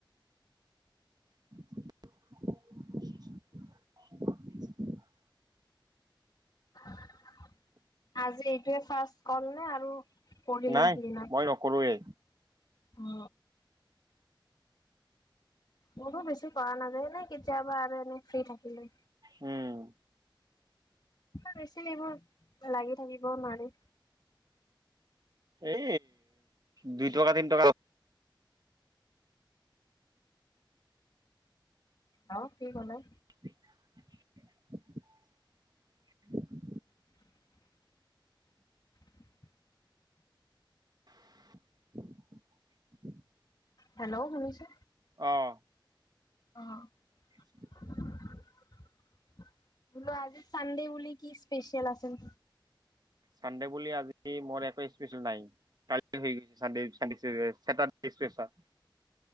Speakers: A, on the right; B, on the left.
A: <inaudible>
B: <inaudible> আজি এইটোৱেই ফাষ্ট কল নে, আৰু কৰিলে
A: নাই
B: দিনত?
A: মই নকৰোয়ে।
B: অ। মোৰো বেছি কৰা নাযায় না, কেতিয়াবা আৰু এনে ফ্ৰি থাকিলে।
A: উম।
B: বেছি এইবোৰ লাগি থাকিবও নোৱাৰি।
A: এই দুই টকা, তিন টকা।
B: আৰু কি ক'লে
A: <inaudible>
B: <inaudible>
A: <inaudible>
B: হেল্ল' শুনিছে
A: অ'।
B: অ'।
A: <inaudible>
B: বোলো আজিৰ চানডে বুলি কি স্পেচিয়েল আছে
A: চানডে বুলি আজি কি মোৰ একো স্পেচিয়েল নাই। চানডে কেইটাট।